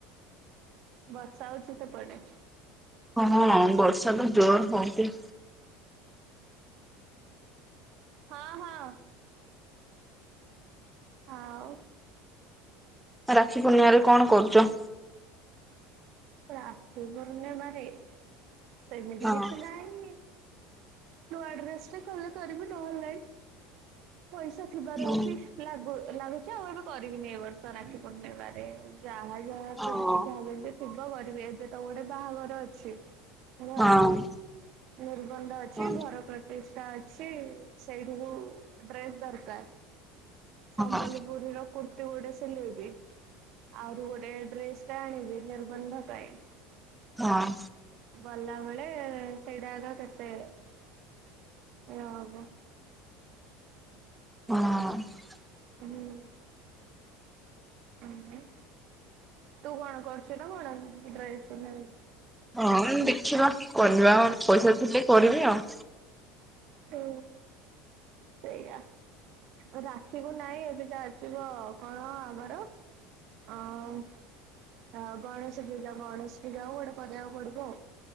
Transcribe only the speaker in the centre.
ହଁ ବର୍ଷା ତ ଜୋରେ ହଉଛି।
ରାକ୍ଷୀ ପୂର୍ଣ୍ଣିମା ରେ କଣ କରୁଛ?
ହଁ
ହଁ
ହଁ
ହଁ
ହଁ
ହଁ ହଁ
ହଁ।
ହଁ <unintelligible>
ହଁ ଦେଖିବା କରିବା ଆ ପଇସା ଥିଲେ କରିବି ଆଉ।